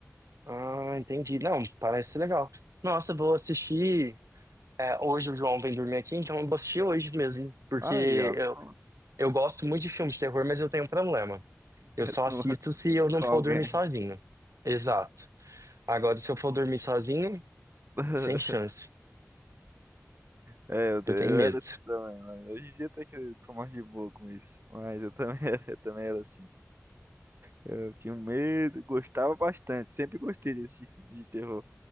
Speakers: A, on the right; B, on the right.
A: Ah, entendi. Não, parece legal. Nossa, eu vou assistir. é, hoje o João vem dormir aqui, então eu vou assistir hoje mesmo. Porque
B: Aí, ó. <laughs>
A: Eu gosto muito de filme de terror, mas eu tenho um problema. Eu só
B: Tu
A: assisto
B: não-
A: se eu não
B: Com
A: for
B: alguém.
A: dormir sozinho. Exato. Agora, se eu for dormir sozinho,
B: <laughs>
A: sem chance.
B: É, eu te-
A: Eu
B: eu
A: tenho medo.
B: era assim também, mas hoje em dia até que eu tô mais de boa com isso. Mas eu também <laughs> era, eu também era assim. Eu tinha um medo, gostava bastante, sempre gostei desse filme de terror.